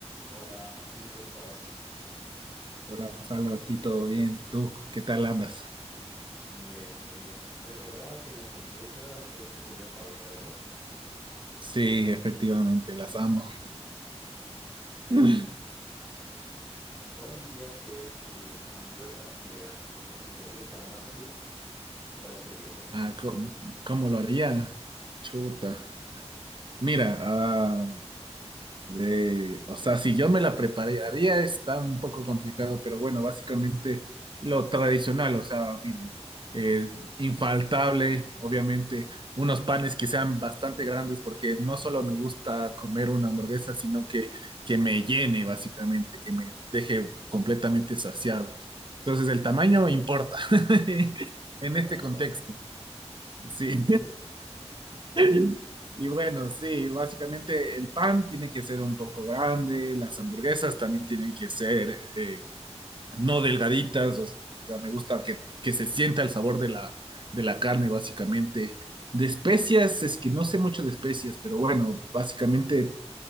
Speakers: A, in the centre; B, on the right (about 45°).
A: Hola Martín, ¿cómo estás?
B: Hola Gonzalo, aquí todo bien. ¿Tú qué tal andas?
A: Muy bien, muy bien. Recordaba que las hamburguesas son tu comida favorita, ¿no?
B: Sí, efectivamente, las amo. <laughs>
A: ¿Cuál dirías que es tu hamburguesa ideal? O sea, si te la tienes que armar tú, ¿cuál sería?
B: Ah, ¿cómo, cómo lo haría? Chuta. Mira, ah, De, o sea, si yo me la prepararía está un poco complicado, pero bueno, básicamente lo tradicional, o sea, mira, eh, infaltable, obviamente, unos panes que sean bastante grandes, porque no solo me gusta comer una hamburguesa, sino que, que me llene, básicamente, que me deje completamente saciado. Entonces, el tamaño importa <laughs> en
A: Tamaño
B: este
A: importa.
B: contexto, sí.
A: Sí.
B: <laughs> Y bueno, sí, básicamente el pan tiene que ser un poco grande, las hamburguesas también tienen que ser eh, no delgaditas, o sea, me gusta que, que se sienta el sabor de la, de la carne, básicamente. De especias, es que no sé mucho de especias, pero bueno, básicamente